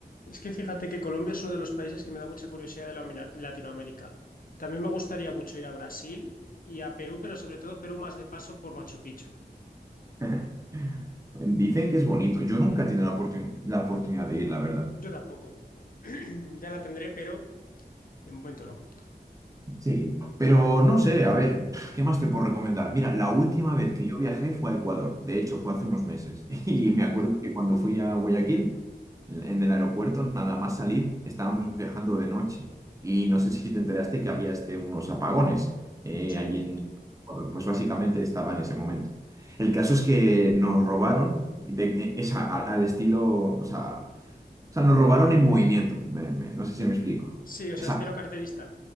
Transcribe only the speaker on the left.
Es que fíjate que Colombia es uno de los países que me da mucha curiosidad de la mina- Latinoamérica. También me gustaría mucho ir a Brasil y a Perú, pero sobre todo Perú más de paso por Machu Picchu.
Yo tampoco. <clears throat> Ya la tendré, pero de momento no.
Sí.
Sí,
sí, o
sea, estilo carterista.